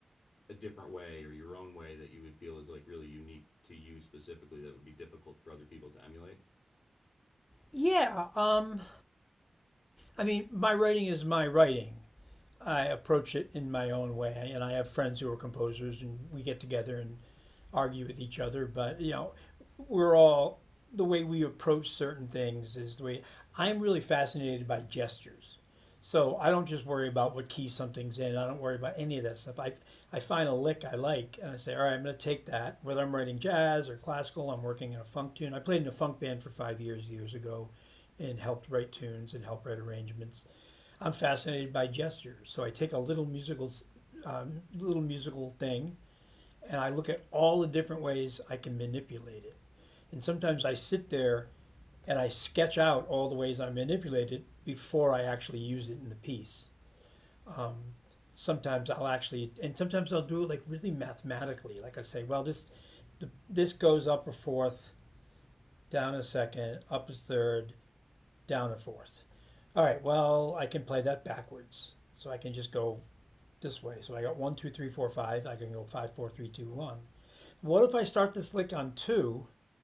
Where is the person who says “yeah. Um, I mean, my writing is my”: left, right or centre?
Left